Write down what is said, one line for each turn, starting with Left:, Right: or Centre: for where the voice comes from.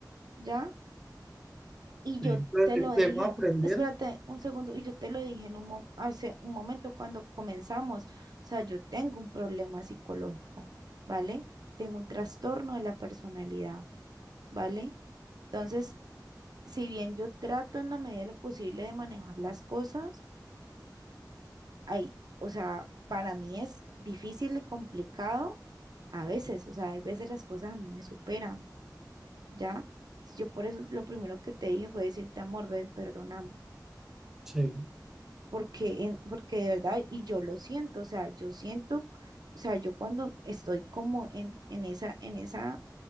Right: ¿ya? Y
Centre: sí,
Right: yo te
Centre: De-
Right: lo dije,
Centre: Debemos aprender,
Right: espérate un segundo, y yo te lo dije en un mo- hace un momento cuando comenzamos. O sea, yo tengo un problema psicológico, ¿vale? Tengo un trastorno de la personalidad, ¿vale? Entonces, si bien yo trato en la medida de lo posible de manejar las cosas, hay, o sea, para mí es difícil y complicado a veces, o sea, hay veces las cosas a mí me superan, ¿ya? Yo por eso lo primero que te dije fue decirte, amor, ve, perdóname
Centre: sí,
Right: porque, en- porque de verdad, y yo lo siento, o sea, yo siento, o sea, yo cuando estoy como en, en esa, en esa,